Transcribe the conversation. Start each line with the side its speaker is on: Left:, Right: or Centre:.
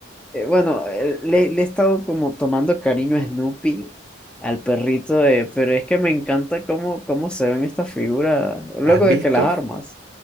Centre: Eh, bueno, eh, le, le he estado como tomando cariño a Snoopy, al perrito, eh, pero es que me encanta cómo, cómo se ven estas figuras. Luego
Right: ¿Has
Centre: de
Right: visto
Centre: que las
Right: a,
Centre: armas.
Right: F-